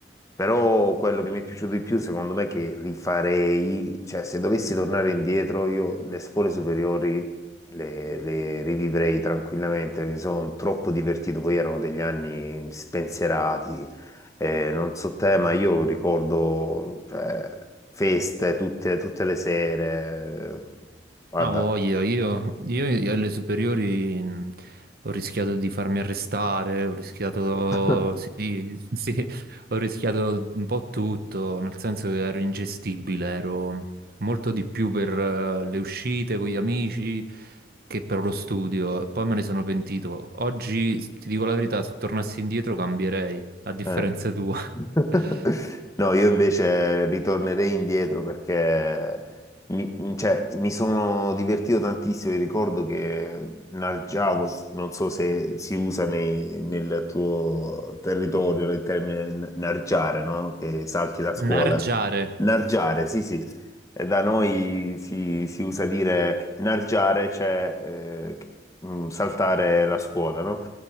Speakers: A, on the left (about 20°); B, on the right (about 55°).
A: Però quello che mi è piaciuto di più, secondo me, che rifarei, cioè se dovessi tornare indietro, io le scuole superiori le, le rivivrei tranquillamente, mi sono troppo divertito, poi erano degli anni spensierati, eh, non so te, ma io ricordo, cioè, feste tutte, tutte le sere, guarda.
B: Ah, voglia, io, io io alle superiori mh, ho rischiato di farmi arrestare, ho rischiato,
A: <laughs>
B: sì, <laughs> sì, ho rischiato un po' tutto, nel senso che ero ingestibile, ero molto di più per eh, le uscite con gli amici che per lo studio, e poi me ne sono pentito. Oggi, ti dico la verità, se tornassi indietro cambierei, a differenza
A: Eh.
B: tua.
A: <laughs>
B: <laughs>
A: No, io invece ritornerei indietro perché mi, cioè, mi sono divertito tantissimo. Io ricordo che nargiavo, non so se si usa nei- nel tuo territorio il termine n- nargiare, no? Che salti la scuola.
B: Nargiare.
A: Nargiare, sì, sì. Eh, Da noi si, si usa dire nargiare, cioè eh, mh, saltare la scuola, no?